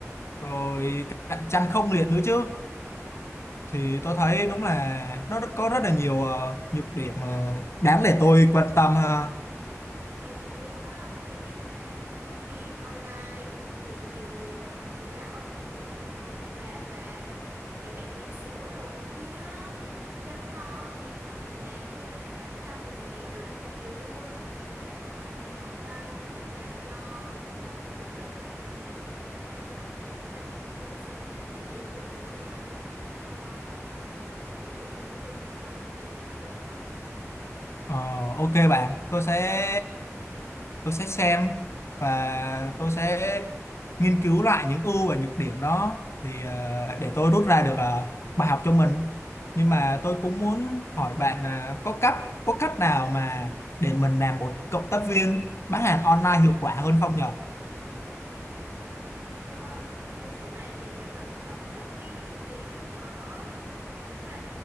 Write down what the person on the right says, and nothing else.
Tại vì á, bạn biết mà cộng tác viên online thì nhiều người rảnh người ta on người ta cũng có thể làm mà cái mẹ cái mẹ bỉm sữa đồ này kia á, chăm con thì cũng có thể làm cho nên là cạnh tranh thì sẽ rất là nhiều luôn. Với lại còn khách hàng online thì chắc là do kiểu người ta không thích đơn hàng đâu nữa cái người ta người ta người ta xác nhận hủy kiểu kiểu vậy á. Còn chất lượng uy tín hay không là tùy vào chất lượng rồi.
Nó, ơi, nếu như mà để trở thành một cộng tác viên thì không khó nhưng mà